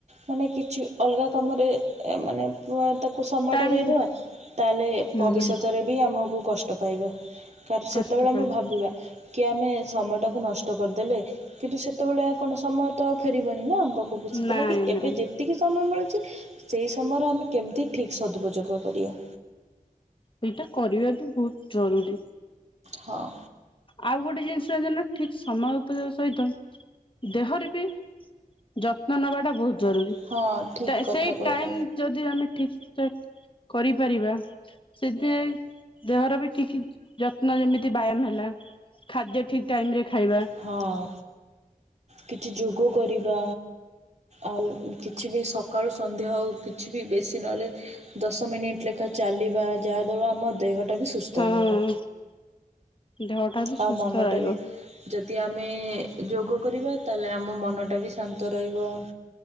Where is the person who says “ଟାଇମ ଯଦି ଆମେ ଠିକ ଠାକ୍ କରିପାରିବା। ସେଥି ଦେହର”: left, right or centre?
Left